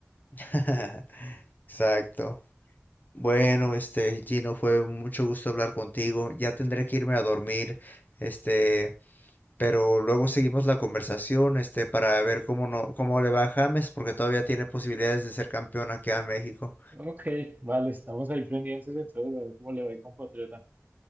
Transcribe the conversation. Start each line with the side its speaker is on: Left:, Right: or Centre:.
Left: <laughs> exacto. Bueno, este, Gino, fue mucho gusto hablar contigo, ya tendré que irme a dormir, este, pero luego seguimos la conversación, este, para ver cómo no, cómo le va a James, porque todavía tiene posibilidades de ser campeón aquí en México.
Right: Ok, vale, estamos ahí pendientes entonces a ver cómo le va el compatriota.